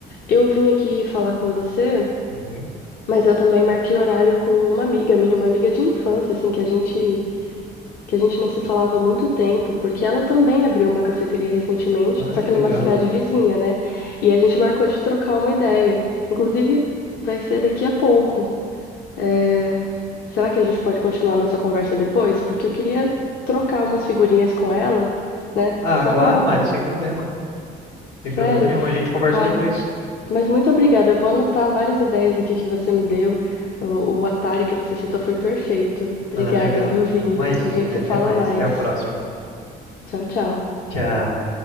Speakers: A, on the left; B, on the left.
A: eu vim aqui falar com você,
B: Uhum.
A: mas eu também marquei horário com uma amiga minha, uma amiga de infância, assim, que a gente que a gente não se falava há muito tempo, porque ela também abriu uma cafeteria recentemente,
B: Ah,
A: só
B: que
A: que
B: legal.
A: numa cidade vizinha, né? E a gente marcou de trocar uma ideia. Inclusive, vai ser daqui a pouco. É, Será que a gente pode continuar nossa conversa depois? Porque eu queria trocar umas figurinhas com ela, né?
B: Ah,
A: Só
B: claro,
A: pra.
B: Mário, sem problema. Tem
A: Sério.
B: problema nenhum. A gente conversa
A: Ai,
B: depois.
A: Mas muito obrigada. Eu vou anotar várias ideias aqui que você me deu. O, o Atari que você citou foi perfeito. Obrigada,
B: Ah, legal.
A: viu, Vini?
B: Imagina,
A: A gente se
B: até
A: fala
B: mais.
A: mais.
B: Até a próxima.
A: Tchau, tchau.
B: Tchau.